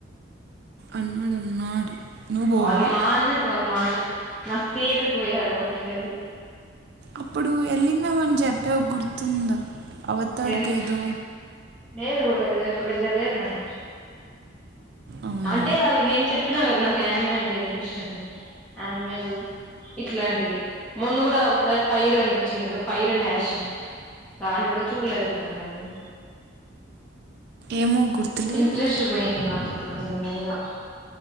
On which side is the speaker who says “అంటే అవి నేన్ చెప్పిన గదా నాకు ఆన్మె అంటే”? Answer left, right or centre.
Centre